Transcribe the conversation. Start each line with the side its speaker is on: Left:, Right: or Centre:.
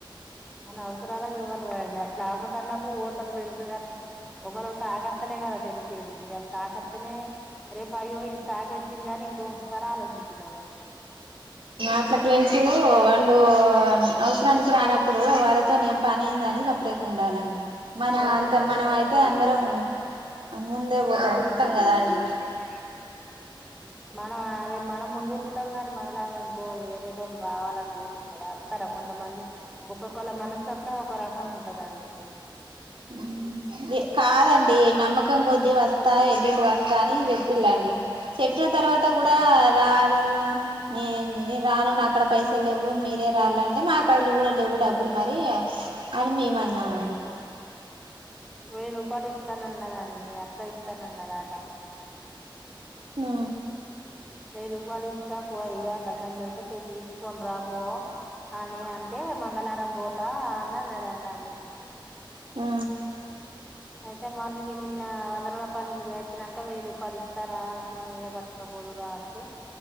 Centre: అని అవసరాలకి ఎవ్వరు రండి అట్లా ఆ పతి ఆపతన్నప్పుడు పోతారు ఫ్రెండ్స్ గాని ఒకరు తాగొత్తునే కదా అండి తెలిసేది మీ అంత ఆకచ్చ అనే రేపు అయ్యో ఇది తాక వచ్చింది అని ఇంకోసారి ఆలోచించుతారు
Right: అట్లా ఫ్రెండ్స్ వాళ్ళు అవసరానికి ఇప్పుడు వాళ్ళతోనే పనేందని ఉండాలండి మనం అంత మనం అయితే అందరం ముందే పోతాం ఉరుకుతాం కదా అండి
Centre: <unintelligible> మనం అరే మనం ముందు ఉరుకుతాం కాని మనలాగా ఇంకో వేరే టోలు రావాలని రూల్ ఉన్నదా వోత్తర కొంతమంది ఒక్కొక్కళ్ళ మనస్తత్వం ఒక రకంగా ఉంటందండి
Right: <inaudible> కాదండి నమ్మకం కొద్దీ వస్తా ఎల్లుండి వస్తా అని చెప్పిళండి చెప్పిన తర్వాత కూడా
Centre: ఆ
Right: రాను నే నేను రాను నా అక్కడ పైసలు లేవు మీరే రాలంటే మాకడ కూడా లేవు డబ్బులు మరి అని మేము అన్నామండి
Centre: వెయ్యి రూపాయలు ఇస్తానన్నదండి మీ అక్క ఇస్తానన్నదాట
Right: ఆ
Centre: వెయ్యి రూపాయలు ఇస్తా పో అయ్యాక దండం పెడతా తండ్రా పో అని అంటే మంగళారం పోతా అని అన్నాడాదంటా
Right: ఆ
Centre: అయితే మళ్ళీగ నిన్న వంద పని కీ పోయి వచ్చినంక వెయ్యి రూపాయలు ఇస్తారా ఈనయ పట్టుకపోదురా అంటే